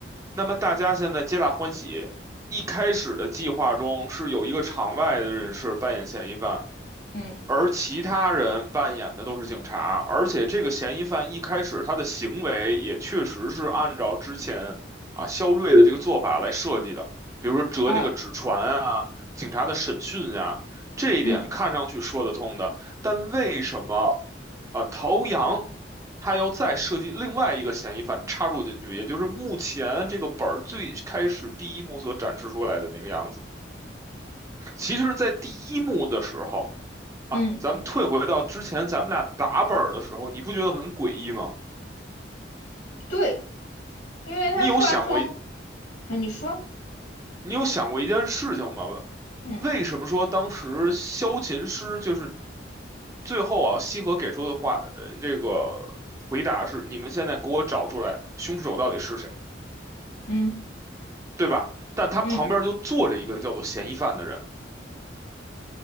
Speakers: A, on the right (about 15°); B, on the left (about 65°).
A: 那么大家现在皆大欢喜。一开始的计划中是有一个场外的人士扮演嫌疑犯，
B: 嗯
A: 而其他人扮演的都是警察，而且这个嫌疑犯一开始他的行为也确实是按照之前啊肖瑞的这个做法来设计的，比如说折那个纸船啊，
B: 呃
A: 警察的审讯呀、这一点看上去说得通的，
B: 嗯
A: 但为什么啊陶阳他要再设计另外一个嫌疑犯插入进去，也就是目前这个本儿最开始第一幕所展示出来的那个样子？其实，在第一幕的时候。啊，
B: 嗯
A: 咱们退回到之前咱们俩打本儿的时候，你不觉得很诡异吗？
B: 对，因为他突然从
A: 你有想过一
B: 嗯你说
A: 你有想过一件事情吗？
B: 嗯
A: 为什么说当时萧琴师就是最后啊，西河给出的话，呃，这个回答是你们现在给我找出来凶手到底是谁，
B: 嗯
A: 对吧？但他旁边就坐着一个叫做嫌疑犯的人，
B: 嗯